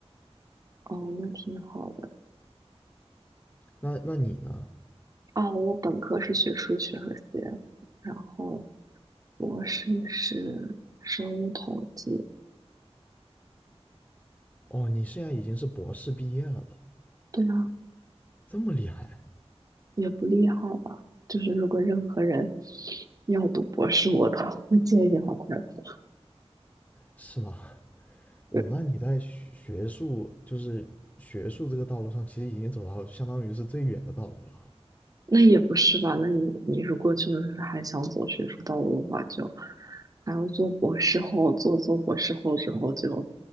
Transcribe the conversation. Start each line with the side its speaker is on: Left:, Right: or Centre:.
Right: 哦，那挺好的。
Left: 那那你呢？
Right: 哦，我本科是学数学和 CS，然后博士是生物统计。
Left: 哦，你现在已经是博士毕业了都，
Right: 对啊，
Left: 这么厉害。
Right: 也不厉害吧？就是如果任何人要读博士，我都 <laughs> 会建议他快跑。
Left: 是吗？<laughs> 哦，
Right: 对。
Left: 那你在学学术，就是学术这个道路上，其实已经走到相当于是最远的道路了。
Right: 那也不是吧？那你你如果真的是还想走学术道路的话，就还要做博士后，做做博士后之后就，